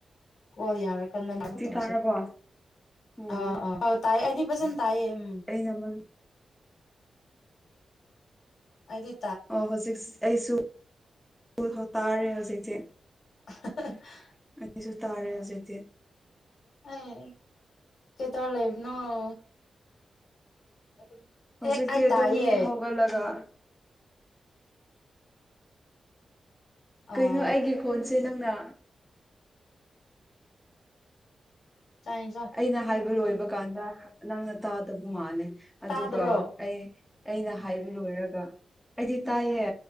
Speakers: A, on the left; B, in the centre.
A: ꯍꯣꯏ ꯌꯥꯔꯦ ꯀ ꯇꯧꯁꯦ
B: ꯇꯥꯔꯕꯣ ꯎꯝ
A: ꯑ ꯑ ꯇꯥꯏ ꯑꯩꯅꯤ ꯐꯖꯅ ꯇꯥꯏꯌꯦ ꯎꯝ
B: ꯀꯃꯜ
A: ꯑꯗꯤ
B: ꯑꯣ ꯍꯧꯖꯤꯛ ꯑꯩꯁꯨꯜ ꯇꯥꯔꯦ ꯍꯧꯖꯤꯛꯁꯦ
A: <unintelligible>
B: ꯑꯩꯁꯨ ꯇꯥꯔꯦ ꯍꯧꯖꯤꯛꯇꯤ
A: ꯑꯦ ꯀꯩꯇꯧ ꯂꯩꯕ ꯅꫭ <inaudible>
B: ꯍꯧꯖꯤꯛꯇꯤ ꯑꯗꯨꯝ
A: ꯇꯥꯏꯌꯦ
B: ꯍꯧꯒꯠꯂꯒ
A: ꯑꯥ
B: ꯀꯩꯅꯣ ꯑꯩꯒꯤ ꯈꯣꯟꯁꯦ ꯅꯪꯅ
A: ꯆꯥꯛ ꯏꯟꯖꯥꯡ
B: ꯑꯩꯅ ꯍꯥꯏꯕ ꯂꯣꯏꯕ ꯀꯥꯟꯗ ꯅꯪꯅ ꯇꯥꯗꯕ ꯃꯥꯂꯦ ꯑꯗꯨꯒ
A: ꯇꯥꯗꯕ꯭ꯔꯣ
B: ꯑꯩ ꯑꯩꯅ ꯍꯥꯏꯕ ꯂꯣꯏꯔꯒ ꯑꯩꯗꯤ ꯇꯥꯏꯌꯦ